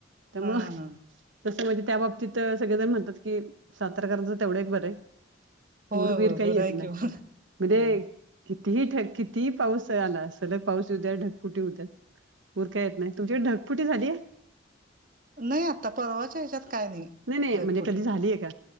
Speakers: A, on the right; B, on the right.
A: त्यामुळ
B: हा हा
A: तस म्हणजे त्या बाबतीत सगळेजण म्हणतात की सातरकराच तेवढ एक बर आहे पूर
B: होय
A: बीर
B: होय
A: काही
B: बरं
A: येत
B: आहे
A: नाही
B: कि मग
A: मध्ये
B: हा
A: कितीही ढग किती पाऊस आला सलग पाऊस येऊद्या ढगपुटी होउद्या पूर का येत नाही तुमच्याकडे ढगफुटी झालीये
B: नाही आता परवाच्या ह्याच्यात काय नाही
A: नाही
B: ढगफुटी
A: म्हणजे कधी झालीय का